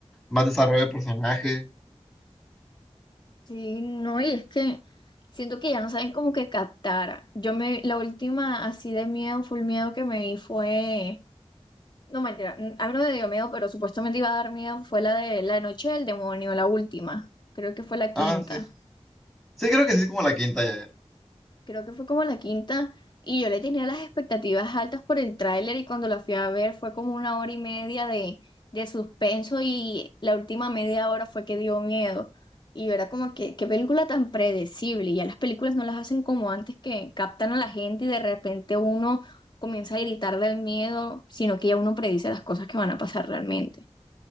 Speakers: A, in the centre; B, on the left (about 40°).
A: más desarrollo de personaje.
B: Sí, no, y es que siento que ya no saben como que captar. Yo me, la última así de miedo, full miedo que me vi fue No, mentira. mm, A mí no me dio miedo, pero supuestamente iba a dar miedo. Fue la de La Noche del Demonio, la última. Creo que fue la quinta.
A: Ah, sí, sí. Sí, creo que sí es como la quinta ya.
B: Creo que fue como la quinta. Y yo le tenía las expectativas altas por el tráiler y cuando la fui a ver fue como una hora y media de, de suspenso y la última media hora fue que dio miedo. Y yo era como que, qué película tan predecible. Y ya las películas no las hacen como antes que captan a la gente y de repente uno comienza a gritar del miedo, sino que ya uno predice las cosas que van a pasar realmente.